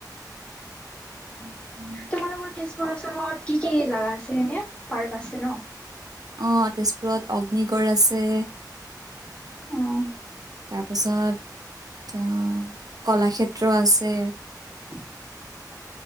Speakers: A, on the right; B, on the left.
A: <inaudible>
B: তোমালোকৰ তেজপুৰৰ ওচৰত কি, কি জাগা আছে এনে পাৰ্ক আছে ন'?
A: অ', তেজপুৰত অগ্নিগড় আছে।
B: অ',
A: তাৰপাছত অ', কলাক্ষেত্ৰ আছে।
B: <inaudible>